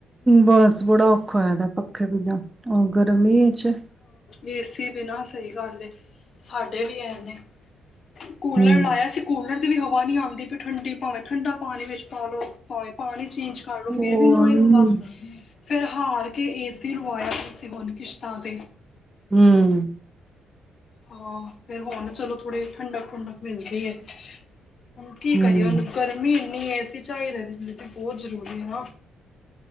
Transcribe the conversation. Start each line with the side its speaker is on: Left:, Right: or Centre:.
Right: ਬਸ ਬੜਾ ਔਖਾ ਹੋਇਆ ਦਾ ਪੱਖੇ ਬਿਨਾ ਗਰਮੀ ਚ
Left: ਏ ਸੀ ਬਿਨਾਂ ਸਹੀ ਗੱਲ ਏ, ਸਾਡੇ ਵੀ ਐ ਨੇ ਕੂਲਰ
Right: ਹਮ
Left: ਲਾਇਆ ਸੀ ਕੂਲਰ ਦੀ ਵੀ ਹਵਾ ਨ੍ਹੀਂ ਆਂਦੀ ਪੀ ਠੰਡੀ ਭਾਵੇਂ ਠੰਡਾ ਪਾਣੀ ਵਿੱਚ ਪਾ ਲੋ ਭਾਵੇਂ ਪਾਣੀ ਚੇਂਜ ਕਰ ਲੋ
Right: ਹੋਰ
Left: ਫਿਰ ਵੀ ਨੀ ਹੋਏ <unintelligible> ਫੇਰ ਹਾਰ ਕੇ ਏਸੀ ਲੀਵਾਇਆ ਏ ਸੀ ਬੁੰਨ ਕੇ ਕਿਸ਼ਤਾਂ ਤੇ
Right: ਹਂ
Left: ਹਾਂ, ਫੇਰ ਹੁਣ ਨਾ ਚਲੋ ਥੋੜ੍ਹੇ ਠੰਡਕ-ਠੁੰਡਕ ਮਿਲਦੀ ਐ ਹੁਣ ਕੀ
Right: ਹਮ
Left: ਕਰੀਏ ਹੁਣ ਗਰਮੀ ਇੰਨੀ ਏ, ਏਸੀ ਚਾਹੀਦਾ <unintelligible> ਬਹੁਤ ਜ਼ਰੂਰੀ ਐ ਨਾ।